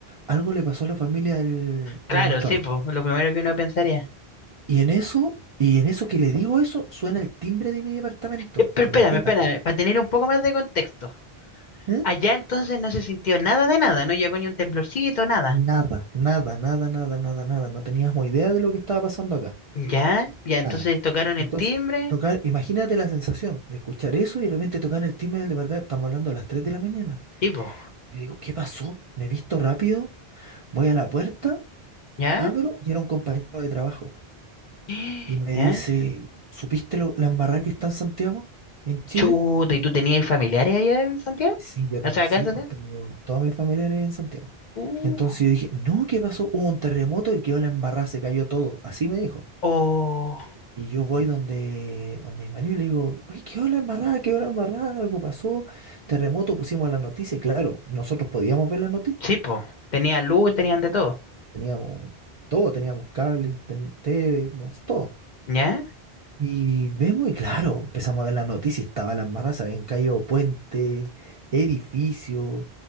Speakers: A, on the right; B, on the left.
A: algo le pasó a la familia del-
B: Claro,
A: de nuestro
B: sí,
A: amigo.
B: pues, lo primero que uno pensaría.
A: Y en eso, y en eso que le digo eso, suena el timbre de mi departamento.
B: Eh, Pero
A: Imagínate.
B: espérame, espérame, para tener un poco más de contexto.
A: ¿Mm?
B: Allá entonces no se sintió nada de nada, no llegó ni un temblorcito, nada.
A: Nada, nada, nada, nada, nada, nada. No teníamos idea de lo que estaba pasando acá.
B: ¿Ya? Ya, entonces
A: Nada.
B: tocaron el
A: Entonces,
B: timbre,
A: tocar, imagínate la sensación de escuchar eso y de repente tocar el timbre del departamento. Estamos hablando a las 3 de la mañana.
B: tipo,
A: Y digo, ¿qué pasó? ¿Me he visto rápido? Voy a la puerta
B: ¿ya?
A: Abro y era un compañero de trabajo.
B: <gasps>
A: Y me
B: ¿Ya?
A: dice, ¿supiste lo, la embarrada que está en Santiago, en Chile?
B: Chuta, ¿y tú tenías familiares allá en Santiago?
A: Sí, yo tengo,
B: O sea,
A: sí,
B: acá en Santiago.
A: pues tengo todos mis familiares en Santiago.
B: Uh,
A: Entonces yo dije, no, ¿qué pasó? Hubo un terremoto y quedó la embarrada, se cayó todo. Así me dijo.
B: oh,
A: Y yo voy donde, donde mi marido y le digo, oye, quedó la embarrada, quedó la embarrada, algo pasó, terremoto, pusimos la noticia. Y claro, nosotros podíamos ver la noticia,
B: sí, po. Tenían luz, tenían de todo.
A: teníamos todo, teníamos cable, internet, TV, no, sé, todo.
B: ¿Ya?
A: Y vemos, y claro, empezamos a ver las noticias, estaba la embarrada, se habían caído puentes, edificios,